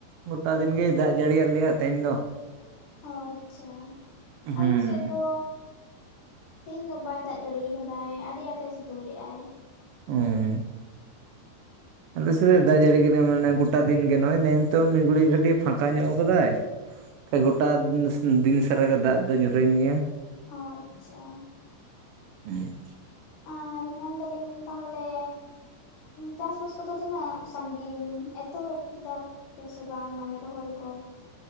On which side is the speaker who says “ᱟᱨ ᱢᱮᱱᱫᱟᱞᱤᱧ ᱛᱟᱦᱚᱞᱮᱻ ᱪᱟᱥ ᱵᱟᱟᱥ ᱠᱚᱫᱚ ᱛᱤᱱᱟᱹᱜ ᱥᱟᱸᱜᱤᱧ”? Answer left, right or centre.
Left